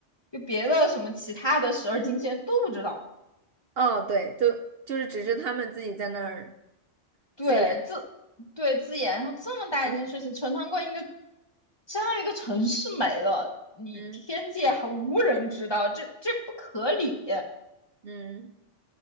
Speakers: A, on the left (about 20°); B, on the right (about 60°).
A: 就别的什么其他的十二金仙都不知道。
B: 哦，对，就就是只是他们自己在那儿
A: 对，
B: 自演。
A: 自对自研，然后这么大一件事情，
B: 嗯
A: 陈塘关一个相当于一个城市没了，你天界还无人知道，
B: 嗯
A: 这这不可理。
B: 嗯，